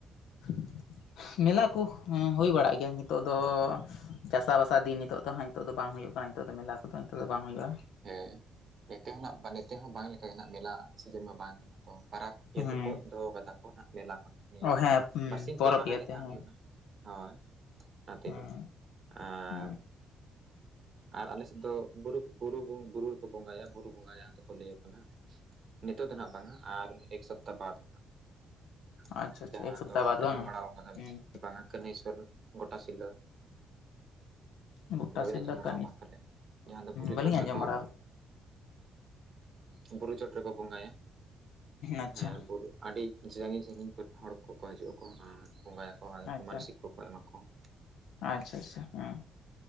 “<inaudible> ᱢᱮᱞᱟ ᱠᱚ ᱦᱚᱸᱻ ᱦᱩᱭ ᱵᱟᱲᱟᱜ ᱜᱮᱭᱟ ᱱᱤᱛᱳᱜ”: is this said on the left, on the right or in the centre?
Left